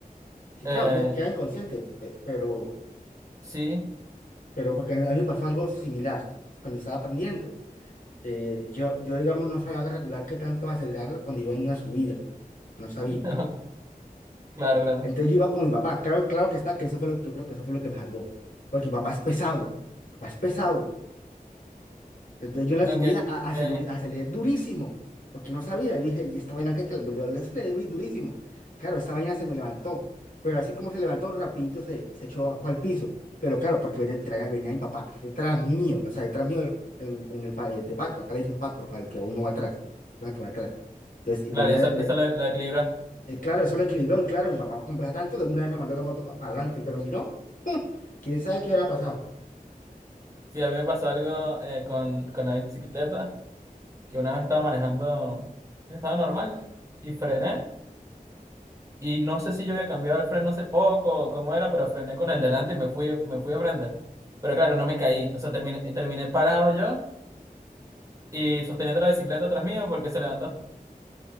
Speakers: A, on the left; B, on the right.
A: sí,
B: eh,
A: claro, que- queda inconsciente, pe- pero,
B: sí,
A: pero porque a mí me pasó algo similar cuando estaba aprendiendo. Eh, yo, yo, digamos, no sabía regular qué tanto acelerar cuando iba en una subida. No sabía.
B: <laughs> claro, claro.
A: Entonces yo iba con mi papá. Claro, claro que está, que eso fue lo, yo creo que eso fue lo que me salvó. Porque mi papá es pesado. Mi Papá es pesado. Entonces yo en la
B: Ok,
A: subida a- aceleré,
B: ok.
A: aceleré durísimo, porque no sabía. Yo dije, ¿y esta vaina que que- Yo le aceleré du- durísimo. Claro, esta vaina se me levantó, pero así como se levantó, rapidito se, se echó para el piso. Pero claro, porque venía, traía- venía mi papá detrás mío, o sea, detrás mío en, en el pa- eh, de pato, acá le dicen pato, al que uno va atrás, al que va atrás. Entonces y
B: claro,
A: venía,
B: eso,
A: ve-
B: eso lo, lo equilibra.
A: eh, claro, eso lo equilibró, y claro, mi papá, como pesa tanto, de una vez me mandó la moto para adelante, pero si no, quién sabe qué hubiera pasado.
B: Sí, a mí me pasó algo eh, con, con la bicicleta, que una vez estaba manejando, estaba normal, y frené, y no sé si yo había cambiado el freno hace poco o cómo era, pero frené con el delante y me fui, me fui de frente. Pero claro, no me caí, o sea, terminé, terminé parado yo y sosteniendo la bicicleta atrás mío porque se levantó.